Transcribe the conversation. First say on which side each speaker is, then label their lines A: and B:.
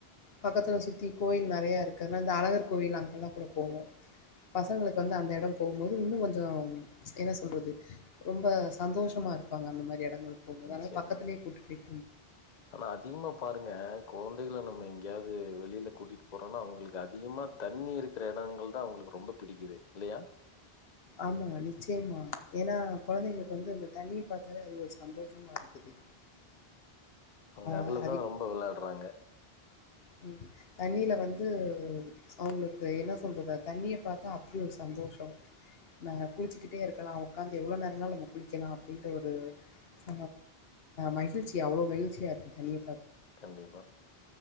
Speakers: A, on the left; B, on the left.
A: பக்கத்துல சுத்தி கோயில் நெறையா இரு இருக்கனால அந்த அழகர் கோவில் அங்கல்லா கூட போவோ பசங்களுக்கு வந்து அந்த எடோ போகும்போது இன்னு கொஞ்சோ என்ன சொல்றது ரொம்ப சந்தோஷமா இருப்பாங்க அந்த மாரி எடோ ங்களுக்கு போம்போது
B: நிச்சயமா.
A: அதனால பக்கத்துலே கூட்டு போய்
B: ஆனா அதிகமா பாருங்க கொழந்தைகள நம்ம எஙகயாது வெளில கூட்டிட்டு போரோனா அவங்களுக்கு அதிகமா தண்ணி இருக்குற எடங்கள் தா அவங்களுக்கு ரொம்ப பிடிக்குது இல்லயா
A: ஆமா நிச்சயமா ஏனா கொழந்தைங்களுக்கு வந்து இந்த தண்ணிய பாத்தாலே அது ஒரு சந்தோஷமா இருக்குது
B: அவங்க அதுலதா
A: அ-
B: ரொம்ப வெளாடுறாங்க
A: உ தண்ணில வந்து அவங்களுக்கு என்ன சொல்றத தண்ணிய பாத்தா அப்டி ஒரு சந்தோஷோ நமா குளிச்சுக்கிட்டே இருக்கலா உக்காந்து எவ்ளோ நேரநாலு நம்ம குளிக்கலா அப்டின்ற ஒரு ச மகிழ்ச்சி அவ்ளோ மகிழ் சியாருக்கு தண்ணிய
B: கண்டிப்பா